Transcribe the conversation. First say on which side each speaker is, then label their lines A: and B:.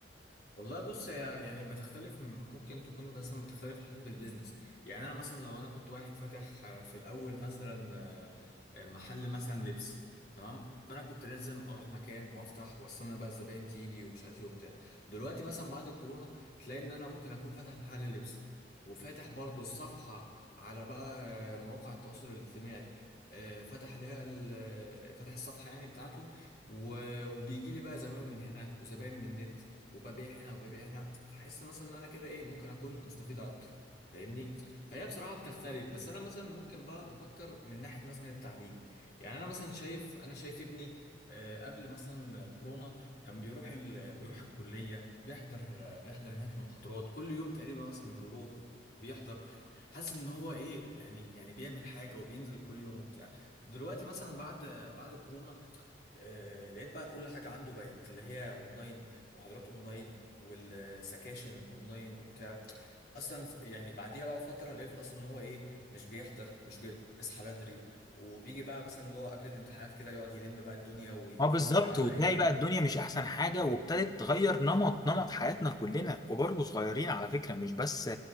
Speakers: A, on the left; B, on the left.
A: والله بص هي يعني بتختلف ممكن تكون مثلا بتختلف على حسب البيزنس يعني انا مثلا لو انا كنت واحد فاتح آه، في الاول مثلا آه، آه، محل مثلا لبس تمام فانا كنت لازم اروح مكان وافتح واستنى بقى الزباين تيجي ومش عارف ايه وبتاع دلوقتي مثلا بعد كورونا تلاقي ان انا ممكن اكون فاتح محل لبس وفاتح برضو الصفحة على بقى آه، مواقع التواصل الاجتماعي آه، فتح عليها ال- آه، فتح الصفحة يعني بتاعته وبيجي لي بقى زباين من هنا وزباين من النت وببيع هنا وببيع هنا فحس مثلا ان انا كده ايه ممكن اكون مستفيد اكتر فاهمني فهي بصراحه بتختلف بس انا مثلا ممكن بقى بفكر من ناحيه مثلا التعليم يعني انا مثلا شايف انا شايف ابني آه، قبل مثلا كورونا كان بيروح ال... بيروح الكليه بيحضر آه، بيحضر هناك المحاضرات كل يوم تقريبا مثلا بيروح بيحضر حاسس ان هو ايه يعني يعني بيعمل حاجه وبينزل كل يوم وبتاع دلوقتي مثلا بعد بعد كورونا آه، لقيت بقى كل حاجة عنده بقت اللي هي اونلاين محاضرات اونلاين والسكاشن اونلاين وبتاع اصلا يعني بعديها بقى فترة لقيته اصلا ان هو ايه مش بيحضر مش بيصحى بدري وبيجي بقى مثلا اللي هو قبل الامتحانات كده يقعد يلم بقى الدنيا ويتفرج
B: اه بالظبط
A: بقى على
B: وتلاقي
A: اي
B: بقى الدنيا مش احسن حاجه وابتدت تغير نمط نمط حياتنا كلنا كبار وصغيرين على فكره مش بس